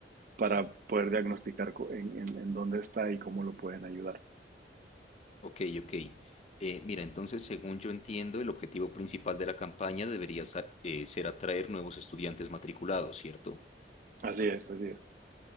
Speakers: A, on the right (about 50°); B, on the left (about 35°).
A: para poder diagnosticar en, en, en, dónde está y cómo lo pueden ayudar.
B: Ok, ok. Eh, mira, entonces, según yo entiendo, el objetivo principal de la campaña debería sa- eh, ser atraer nuevos estudiantes matriculados, ¿cierto?
A: Así es, así es.